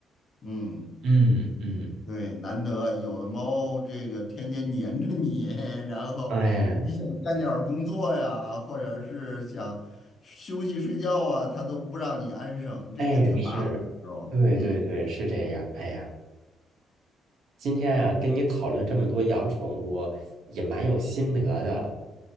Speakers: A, on the left; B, on the right.
A: 嗯。
B: 嗯嗯，
A: 对，难得有的猫，这个天天黏着你，<laughs> 然后你想干点儿工作呀，
B: 哎
A: 或者是想休息睡觉啊，它都不让你安生，这个挺麻烦的时候。
B: 哎，是，对对对，
A: 嗯
B: 是这样。哎呀，今天啊，跟你讨论这么多养宠物，也蛮有心得的。